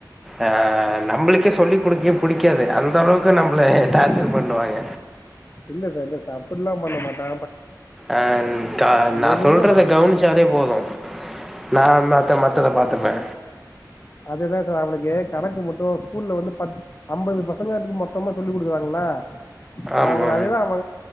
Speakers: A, in the centre; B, on the left.
A: ஆ நம்மளுக்கே சொல்லிக் குடுக்கே புடிக்காது அந்த அளவுக்கு நம்மள டார்சர் பண்டுவாங்க
B: இல்ல சார் இல்ல சா அப்டில்லா பண்ணமாட்டா
A: அ தா நா
B: எதுவுமே
A: சொல்றத
B: பண்
A: கவனிச்சாலே போது நா மத்த மத்தத பாத்துப்பே
B: அதேதா சார் அவனுக்கு கணக்கு மட்டு ஸ்கூல்ல வந்து பத் அம்பது பசங்களுக்கு மொத்தமா சொல்லிகுடுக்கறாங்கல
A: ஆமா
B: அவ அதேதா அவ